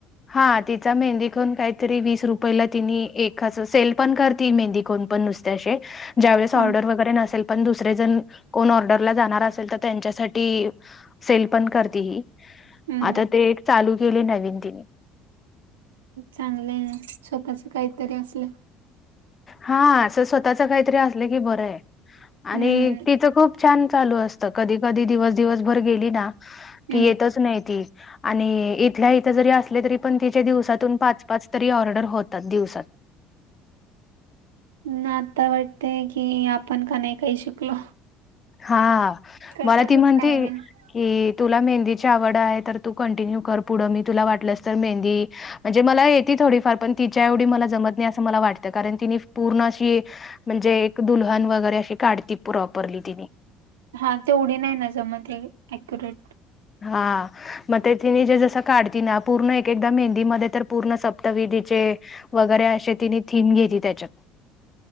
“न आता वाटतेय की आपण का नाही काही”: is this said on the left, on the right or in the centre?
Right